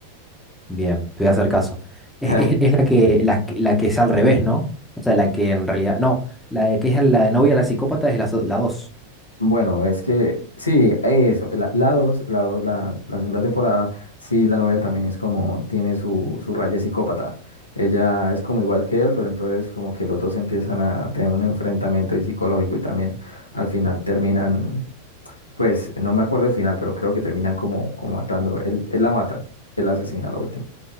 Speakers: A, in the centre; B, on the left (about 80°).
A: Bien, te voy a hacer caso. Es,
B: <laughs>
A: es- es la que, la, que la que es al revés, ¿no? O sea, la que en realidad. No, la de que es la novia la psicópata es la, so- la dos
B: Bueno, es que sí, eso, la, la dos, la dos, la, la segunda temporada, sí, la novia también es como, tiene su, su raya psicópata. Ella es como igual que él, pero entonces como que los dos empiezan a tener un enfrentamiento ahí psicológico y también al final terminan, pues no me acuerdo el final, pero creo que terminan como, como matando. Él, él la mata, él la asesina, lo último.